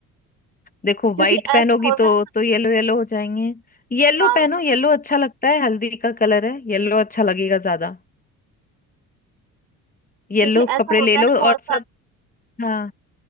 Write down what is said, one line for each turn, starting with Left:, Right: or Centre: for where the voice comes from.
Left: देखो
Right: क्योंकि
Left: व्हाइट पहनोगी
Right: ऐसा होता
Left: तो
Right: है ना
Left: तो येलो येलो हो जाएंगे येलो
Right: हाँ
Left: पहनो येलो अच्छा लगता है हल्दी का कलर है येलो अच्छा लगेगा ज्यादा येलो
Right: क्योंकि ऐसा
Left: कपड़े
Right: होता
Left: ले
Right: है
Left: लो
Right: ना
Left: और
Right: बहुत सारे
Left: सब हाँ